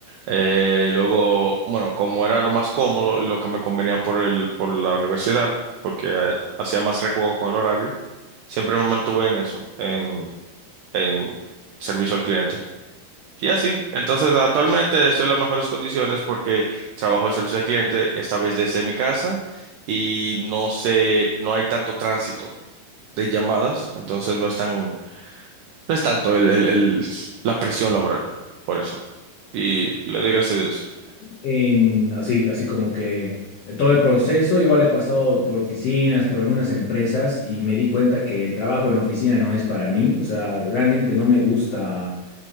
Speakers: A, on the right (about 85°); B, on the left (about 80°).
A: Eh, luego, bueno, como era lo más cómodo, lo que me convenía por el, por la universidad, porque eh, hacía más rejuego con el horario, siempre me mantuve en eso, en, en servicio al cliente. Y así. Entonces, actualmente estoy en las mejores condiciones porque trabajo de servicio al cliente, esta vez desde mi casa, y no sé, no hay tanto tránsito de llamadas, entonces no es tan, no es tanto el, el, el- la presión laboral, por eso. Y le doy gracias a Dios.
B: en, así, así como que todo el proceso, igual he pasado por oficinas, por algunas empresas y me di cuenta que el trabajo en oficina no es para mí. O sea, realmente no me gusta